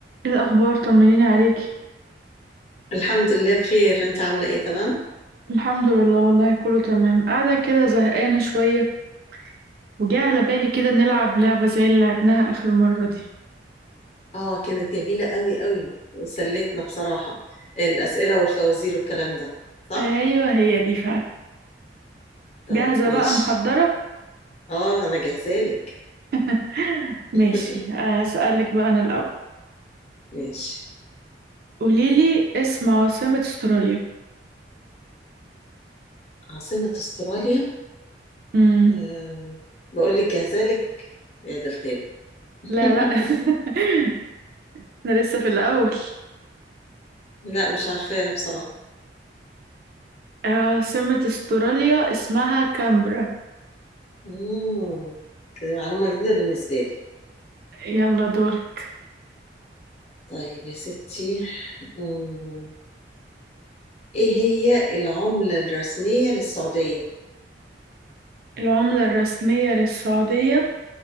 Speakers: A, on the right; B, on the left.
A: ايه الاخبار طمنيني عليكي
B: الحمد لله بخير انت عاملة ايه تمام
A: الحمد لله والله كله تمام قاعده كده زهقانه شويه وجاء على بالي كده نلعب لعبه زي اللي لعبناها اخر مره دي
B: اه كانت جميلة قوي قوي سلتنا بصراحة الأسئلة والفوازير والكلام ده صح
A: ايوه هي دي فعلا
B: طيب
A: جاهزه
B: ماشي
A: بقى محضره
B: اه انا جاهزة لك
A: <laughs> ماشي
B: <laughs>
A: هسألك بقى انا الاول
B: ماشي
A: قوليلي اسم عاصمه استراليا
B: عاصمة استراليا
A: امم
B: أه بقول لك جاهزة لك يا ده الخير <laughs>
A: لا لا <laughs> انا لسه في الاول
B: لا مش عارفاها بصراحة
A: عاصمه استراليا اسمها كامبرا
B: مم. دي معلومة جديدة بالنسبة لي
A: يلا دورك
B: طيب يا ستي مم. ايه هي العملة الرسمية للسعودية؟
A: العمله الرسميه للسعوديه